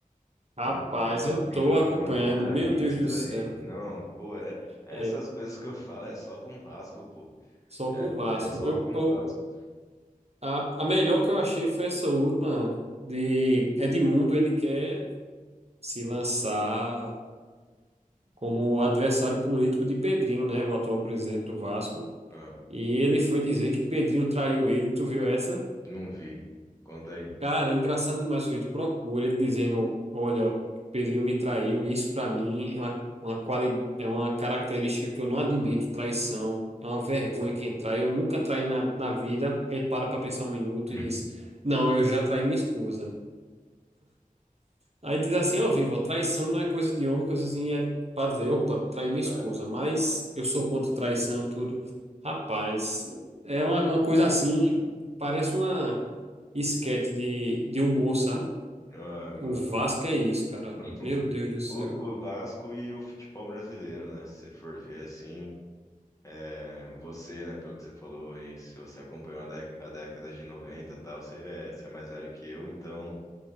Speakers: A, on the right; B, on the left.
A: Rapaz,
B: Umas, umas,
A: eu
B: biza,
A: tô acompanhando.
B: umas bizarrices
A: Meu Deus do céu.
B: aí. Não, pô, é- essas
A: É,
B: coisas que eu falo é só com o Vasco, pô.
A: só
B: É,
A: com o Vasco.
B: é só
A: Eu,
B: com
A: eu-
B: o Vasco.
A: a, a melhor que eu achei foi essa última de Edmundo. Ele quer se lançar como adversário político de Pedrinho, né? O atual presidente do Vasco.
B: Ah.
A: E ele foi dizer que Pedrinho traiu ele. Tu viu essa?
B: Não vi. Conta aí.
A: Cara, é engraçado demais o vídeo. Procura ele dizendo: Olha, o Pedrinho me traiu, e isso pra mim é uma, uma quali... é uma característica que eu não admito, traição. É uma vergonha quem trai. Eu nunca traí na, na vida. Ele para pra pensar um minuto
B: <laughs>
A: e diz: Não, eu já traí minha esposa. Aí diz assim: Ó, Vivo, traição não é coisa de homem, coisa assim. É pra dizer: Opa, traí minha
B: Ai,
A: esposa, mas eu sou contra traição, tudo. Rapaz, é uma, uma coisa assim, parece uma esquete de, de humor, sabe?
B: ai, mano.
A: O Vasco é isso, cara.
B: <laughs>
A: Meu Deus do céu.
B: O, o Vasco e o futebol brasileiro, né? Se você for ver assim, é, você, né, pelo que você falou aí, se você acompanhou a, dé- a década de 90, e tal, você é, você é mais velho que eu, então